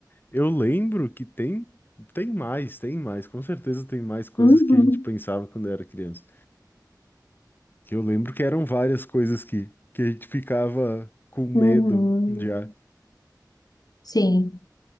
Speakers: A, on the left; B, on the left.
A: Eu lembro que tem, tem mais, tem mais, com certeza tem mais coisas
B: Uhum.
A: que a gente pensava quando era criança. Que eu lembro que eram várias coisas que, que a gente ficava com medo
B: Uhum.
A: já.
B: Sim.